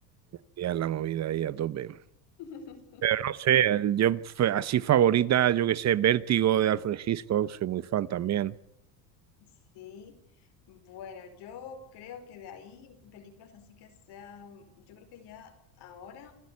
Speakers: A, on the right; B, on the left.
A: y en la movida ahí a tope.
B: <laughs>
A: Pero no sé, el- yo f- así favorita, yo que sé, Vértigo de Alfred Hitchcock, soy muy fan también.
B: Sí. Bueno, yo creo que de ahí películas así que sean, yo creo que ya ahora,